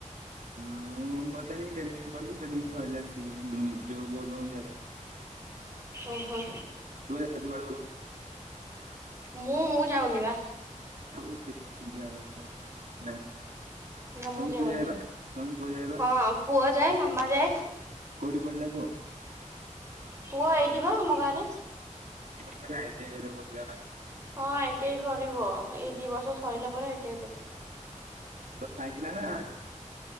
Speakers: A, on the right; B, on the right.
A: ହଁ ମୁଁ ମତ ଆଣିକି ଟ୍ରେନିଂ ପଡିଛି ଟ୍ରେନିଂ ସରିଲ ଆସିବି ଯୋଉ ବୋଲ୍ ବୋମ୍ ଯିବା ପାଇଁ
B: ଓହୋ।
A: ତୁ ପା ଯାଉଛୁ କୁଆଡେ ବୋଲବମ
B: ମୁଁ ମୁଁ ଯାଉନି ବା।
A: ଆଉ ଦେଖି ଯିବାର ନା
B: ନା ମୁଁ
A: ତମକୁ
B: ଯାଉନି।
A: ପୁଅ ଯାଇବା ତମକୁ କୁଅ ଯାଇବା
B: ହଁ ପୁଅ ଯାଏ ମାମା ଯାଏ
A: କୋଉଠି ପଢ଼ିଲା? କୂଅ?
B: କୁଆ ହେଇଥିବ ଆମ ଗାଁରେ
A: ଆଇ ଟି ଆଇ କରିବାକୁ କହୁଥିଲେ ବା?
B: ହଁ ଆଇ ଟି ଆଇ କରିବ ଏଇ ଦି ବର୍ଷ ସରିଲା ପରେ ଆଇ ଟି ଆଇ କରିବ।
A: ତର ସାଇନ୍ସ ଥିଲା ନା ଆର୍ଟ୍ସ।